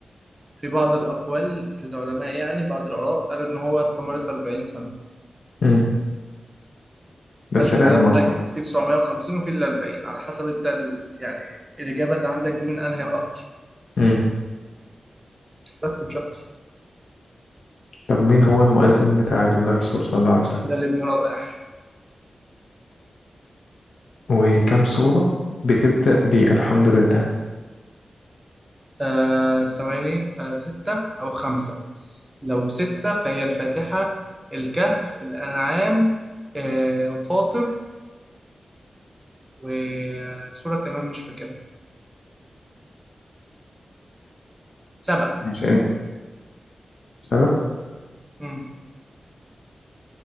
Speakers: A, on the right; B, on the left.
A: في بعض الأقوال في العلماء يعني بعض الآراء قالوا إن هو استمرت 40 سنة
B: امم بس
A: عشان
B: لا
A: كده
B: المفروض
A: بقول لك في 950 وفي ال 40 على حسب أنت ال- يعني الإجابة اللي عندك دي من أنهي رأي
B: امم
A: بس مش أكتر
B: طب مين هو المؤذن بتاع الرسول صلى الله عليه وسلم؟
A: ده لابن رباح
B: وكم سورة بتبدأ بالحمد لله؟
A: آه ثواني آه ستة أو خمسة لو ستة فهي الفاتحة الكهف الأنعام آه فاطر وسورة كمان مش فاكرها سبأ
B: ماشي عشان سبق
A: مم.